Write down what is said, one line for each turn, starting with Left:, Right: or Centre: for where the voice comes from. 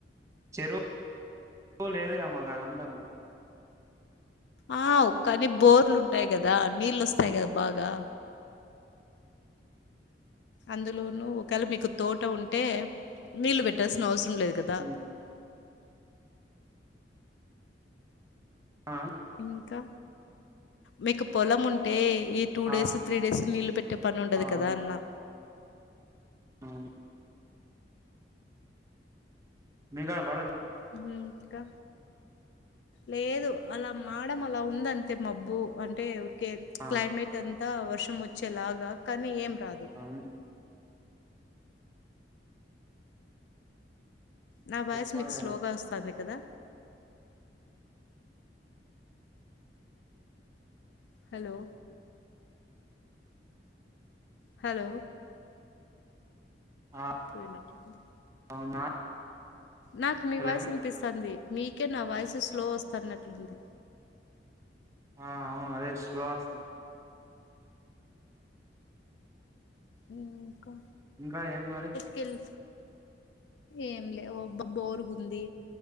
Right: చెరువు లేదుగా మాకాడ అంట్టన్నా
Left: ఆ ఒక్కని బోర్లు ఉంటాయి కదా నీళ్ళు వస్తాయి కదా బాగా అందులోనూ ఒకేళ మీకు తోట ఉంటే నీళ్ళు పెట్టాల్సిన అవసరం లేదు కదా
Right: హ్మ్ ఆ
Left: ఇంకా మీకు పొలం ఉంటే ఈ టూ
Right: ఆ
Left: డేస్ త్రీ డేస్ నీళ్లు పెట్టే పని ఉండదు
Right: అవును
Left: కదా అన్నా
Right: అవును మీగాడ పడన్
Left: హ్మ్ ఇంకా లేదు అలా మాడం అలా ఉందంతే మబ్బు అంటే ఊరికే
Right: ఆ
Left: క్లైమేట్ అం తా వర్షం వచ్చేలాగా కానీ ఏం రాదు
Right: అవును
Left: నా వాయిస్
Right: చెప్పాలే
Left: నీకు స్లోగా వస్తుంది కదా హలో హలో
Right: ఆ
Left: పోయినట్లు ఉంది
Right: అవునా
Left: నాకు మీ
Right: హలో
Left: వాయిసు వినిపిస్తుంది మీకే నా వాయిసు స్లో వస్తున్నట్లుంది
Right: ఆ అవును అదే స్లో వస్తుంది
Left: ఇంకా
Right: ఇంకా ఏం మరి
Left: కిల్ ఏం లే బ బోరుగుంది